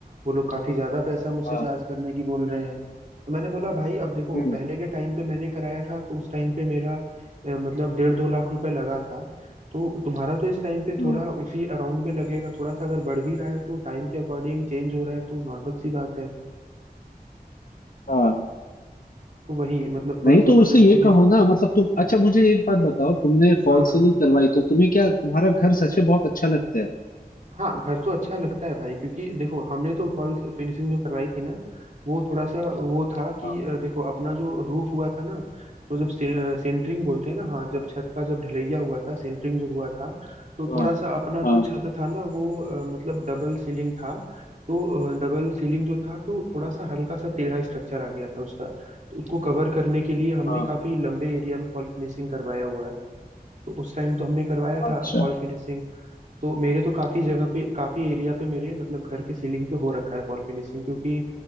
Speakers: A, on the right (about 50°); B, on the left (about 60°).
A: वो लोग काफी ज्यादा पैसा मुझसे
B: हाँ
A: चार्ज करने की बोल रहे हैं तो मैंने बोला भाई अब देखो
B: हम्म
A: पहले के टाइम पे मैंने कराया था तो उस टाइम पे मेरा अ, मतलब डेढ़ दो लाख रुपए लगा था तो तुम्हारा तो इस टाइम पे
B: हम्म।
A: थोड़ा उसी अराउंड में लगेगा थोड़ा सा अगर बढ़ भी रहा है तो टाइम के अकॉर्डिंग चेंज हो रहा है तो नॉर्मल सी बात है
B: हाँ
A: तो वही मतलब थोड़ा
B: नहीं
A: सा
B: तो उसे
A: बजट
B: ये
A: को ले
B: कहो ना मतलब तुम अच्छा मुझे एक बात बताओ तुमने फॉल
A: हाँ हाँ
B: सीलिंग करवाई तो तुम्हें क्या तुम्हारा घर सच में बहुत अच्छा लगता है
A: हाँ घर तो अच्छा लगता है भाई क्योंकि देखो हमने तो फॉल फिनिशिंग जो करवाई थी ना वो थोड़ा सा वो था कि
B: हाँ
A: अ, देखो अपना जो रूफ हुआ था ना तो जब से, अ, सेंटरिंग बोलते हैं ना हाँ जब छत का जब ढलैया हुआ था सेंटरिंग जो हुआ था तो
B: हाँ
A: थोड़ा सा अपना
B: हाँ
A: जो छत था ना वो अ, मतलब डबल सीलिंग था तो डबल सीलिंग जो था तो थोड़ा सा हल्का सा टेढ़ा स्ट्रक्चर आ गया था उसका तो उसको कवर करने के लिए हमने
B: हाँ
A: काफी लंबे एरिया में फॉल फिनिशिंग करवाया हुआ है तो उस टाइम तो हमने करवाया
B: अच्छा
A: था फॉल फिनिशिंग तो मेरे तो काफी जगह पे काफी एरिया पे मेरे मतलब घर के सीलिंग पे हो रखा है वॉल फिनिशिंग क्योंकि